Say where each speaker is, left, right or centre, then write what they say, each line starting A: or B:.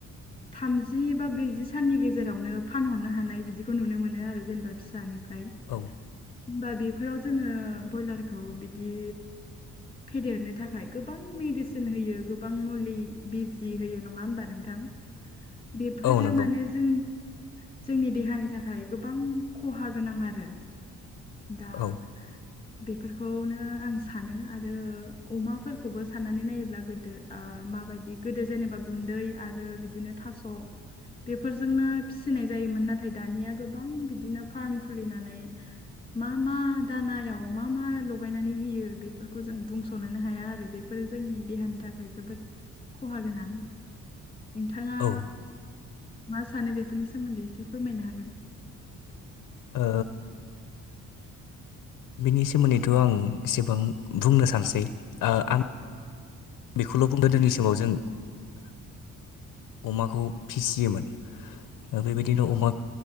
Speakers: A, on the left; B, on the left.
A: थामजि बा ब्रैजि साननि गेजेरावनो फानहरनो हानाय बिदिखौ नुनो मोनो आरो जेनेबा फिसानिफ्राय
B: औ।
A: होमबा बेफोराव जोङो ब्रयलारखौ बिदि फेदेरनो थाखाय गोबां मेडिसिन होयो गोबां मुलि बिजि होयो नङा होमबा नोंथां? बेफोरो
B: औ नंगौ
A: माने जोंनि जोंनि देहानि थाखाय गोबां खहा गोनां आरो दा
B: औ
A: <inaudible> बेफोरखौनो आं सानो आरो अमाफोरखौबो साननानै नायोब्ला गोदो माबायदि गोदो जेनेबा गुन्दै आरो बिदिनो थास' बेफोरजोंनो फिसिनाय जायोमोन नाथाय दानिया गोबां बिदिनो फार्म खुलिनानै मा मा दानायाव मा मा लगायनानै होयो बेफोरखौ जों बुंस'नोनो हाया आरो बे फोरो जोंनि देहानि थाखाय जोबोद खहा गोनां नोंथाङा
B: औ
A: मा सानो बेफोरनि सोमोन्दै एसे फोरमायनो हागोन
B: ओ बिनि सोमोन्दैथ' आं एसेबां बुंनो सानसै ओ आं बेखौल' बुं गोदोनि समाव जों अमाखौ फिसियोमोन बेबायदिनो अमा